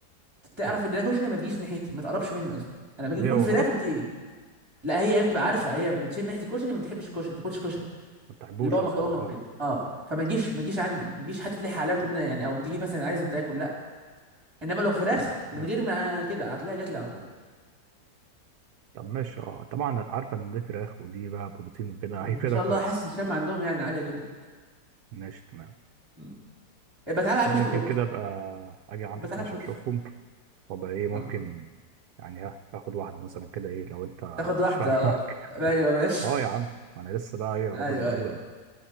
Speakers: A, on the right; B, on the right.
A: تعرف
B: اه
A: ان الكشري ما تجيش ناحيتي ما تقربش مني اصلا انا باجي
B: ليه
A: اكون
B: هو
A: في الاخر
B: غلط
A: بتيجي لا هي هي بتبقى عارفه هي بتشم ريحه الكشري ما بتحبش الكشري ما تاكلش كشري
B: ما تحبوش
A: اللي هو
B: اصلا
A: مكرونه وكده
B: اه
A: اه فما تجيش ما تجيش عندي ما تجيش حتى تلح عليا وتقول لي يعني او بتيجي مثلا عايزه تاكل لا انما لو فراخ
B: تمام
A: من غير ما كده هتلاقيها جات لي على طول
B: طب ماشي اه طبعا انا عارفه ان دي فراخ ودي بقى بروتين وكده
A: ان
B: هيفيدها
A: شاء
B: كويس
A: الله حاسس الشم عندهم يعني عاليه جدا
B: ماشي تمام
A: مم. يبقى تعالى
B: بس
A: يا عم
B: انا
A: شوف
B: ممكن
A: القط
B: كده ابقى اجي عندك
A: يبقى تعالى
B: ماشي
A: شوف
B: اشوفهم وابقى ايه ممكن
A: اه
B: يعني ها اخد واحده مثلا كده ايه لو انت
A: تاخد واحده
B: مش فارقه
A: آه.
B: معاك
A: ايوه ماشي
B: اه
A: <laughs>
B: يا عم انا لسه بقى ايه يا
A: ايوه
B: رب من الاول
A: ايوه